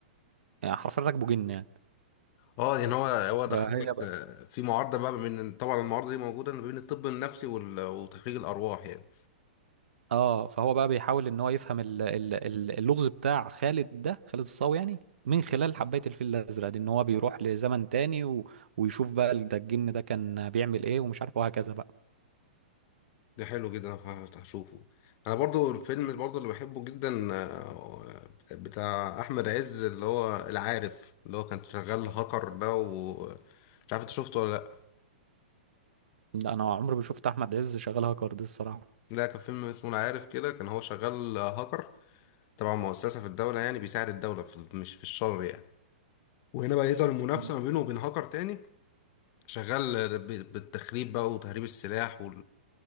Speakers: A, on the right (about 80°); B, on the left (about 35°).
A: يعني حرفيا راكبه جن يعني
B: اه يعني هو هو دخلك
A: فهي بقى
B: آه، في معارضه بقى من طبعا المعارضه دي موجوده ما بين الطب النفسي وال- وتخريج الارواح يعني
A: اه فهو بقى بيحاول ان هو يفهم ال... ال... ال- اللغز بتاع خالد ده خالد الصاوي يعني من خلال حبايه الفيل الازرق دي ان هو بيروح لزمن تاني و... ويشوف بقى ال- ده الجن ده كان بيعمل ايه ومش عارف وهكذا بقى
B: ده حلو جدا ه- هشوفه انا برضو الفيلم برضو اللي بحبه جدا آه، بتاع احمد عز اللي هو العارف اللي هو كان شغال هاكر ده ومش عارف انت شفته ولا لا
A: لا انا عمري ما شفت احمد عز شغال هاكر دي الصراحه
B: ده كان فيلم اسمه انا عارف كده كان هو شغال هاكر تبع مؤسسة في الدولة يعني بيساعد الدولة في مش في الشر يعني وهنا بقى يظهر المنافسة
A: مم.
B: ما بينه وبين هاكر تاني شغال ب- بالتخريب بقى وتهريب السلاح